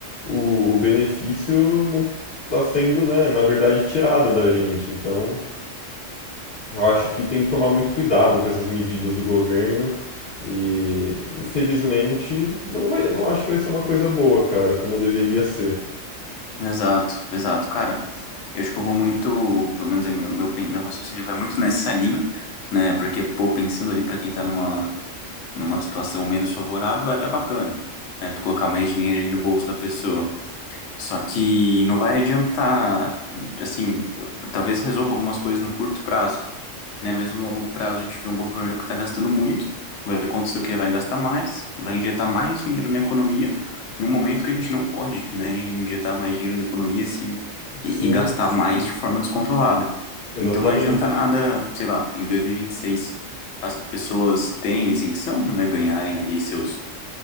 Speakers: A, on the left; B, on the left.
A: o, o benefício não tá sendo, né, na verdade tirado da gente. Então, eu acho que tem que tomar muito cuidado com essas medidas do governo e infelizmente não vai, eu não acho que vai ser uma coisa boa, cara, como deveria ser.
B: Exato, exato. Cara, eu acho que eu vou muito, pelo menos é meu, meu, meu raciocínio vai muito nessa linha, né? Porque, pô, pensando ali para quem tá numa, numa situação menos favorável, é bacana, né? Tu colocar mais dinheiro ali no bolso da pessoa. Só que não vai adiantar, assim, talvez resolva algumas coisas no curto prazo né? Mas no longo prazo a gente vê um governo que está gastando muito, vai acontecer o quê? Vai gastar mais, vai injetar mais dinheiro na economia, num momento que a gente não pode, né? Injetar mais dinheiro na economia, assim,
A: Sim,
B: e, e gastar mais de forma descontrolada.
A: exatamente.
B: Então não adianta nada, sei lá, em 2026 as pessoas terem isenção, né? Ganharem ali seus,